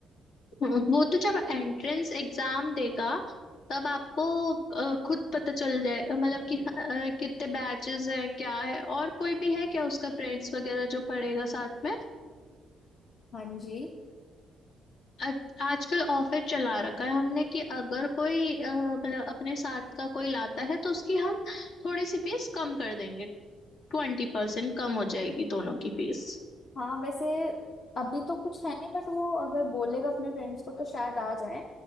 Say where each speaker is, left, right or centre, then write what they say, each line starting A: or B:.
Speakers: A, on the left; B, on the left.
A: <laughs> हम्म, वो तो जब एंट्रेंस एग्जाम देगा तब आपको अ, खुद पता चल जाएगा मतलब कि अ, कितने बैचेस है क्या है और कोई भी है क्या उसका फ्रेंड्स वगैरह जो पढ़ेगा साथ में
B: हाँ जी
A: अ- आजकल ऑफर चला रखा है हमने कि अगर कोई अ, मतलब अपने साथ का कोई लाता है तो उसकी हम थोड़ी सी फीस कम कर देंगे ट्वेंटी परसेंट कम हो जाएगी दोनों की फीस
B: हाँ वैसे अभी तो कुछ है नहीं बट वो अगर बोलेगा अपने फ्रेंड्स को तो शायद आ जाए